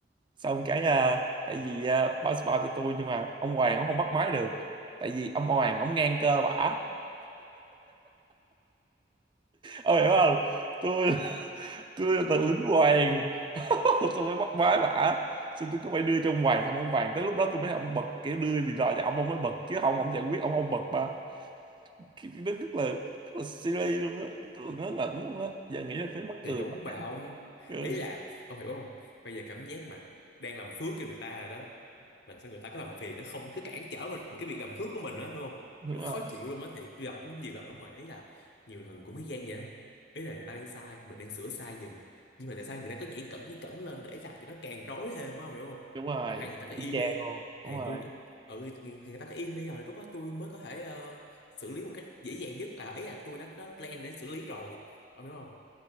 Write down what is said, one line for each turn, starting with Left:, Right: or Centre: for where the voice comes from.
Right: xong cái à, tại vì à, báo spam cho tôi nhưng mà ông Hoàng ông không bắt máy được tại vì ông Hoàng ông ngang cơ bả ông hiểu không tôi tôi là tờ lính Hoàng <laughs> tôi mới bắt máy bả xong tôi cứ phải đưa cho ông Hoàng xong ông Hoàng tới lúc đó tôi mới ông bật kiểu đưa điện thoại cho ông ông mới bật chứ không ông giải quyết ông không bật mà Cái- nó rất là rất là silly luôn á rất là ngớ ngẩn luôn á giờ nghĩ là phải mắc cười
Left: thì đúng mà ông
Right: Ừ.
Left: ý là ông hiểu không bây giờ cảm giác mà đang làm phước cho người ta rồi đó mà sao người ta cứ làm phiền nó không cứ cản trở mình cái việc làm phước của mình đó đúng không
Right: đúng
Left: rất
Right: rồi
Left: khó chịu luôn á thì tôi gặp cũng nhiều lần lắm rồi ý là nhiều lần cũng mới gian vậy đó ý là người ta đang sai mình đang sửa sai giùm nhưng mà tại sao người ta cứ nhảy cẩn nhảy cẩn lên để làm cho nó càng rối thêm á hiểu không
Right: đúng rồi
Left: rồi hay người ta cứ
Right: y
Left: im
Right: chang
Left: đi
Right: luôn đúng
Left: thì
Right: rồi
Left: tôi ừ thì người ta cứ im đi rồi lúc đó tôi mới có thể ờ, xử lý một cách dễ dàng nhất là ý là tôi đã có plan để xử lý rồi ông hiểu không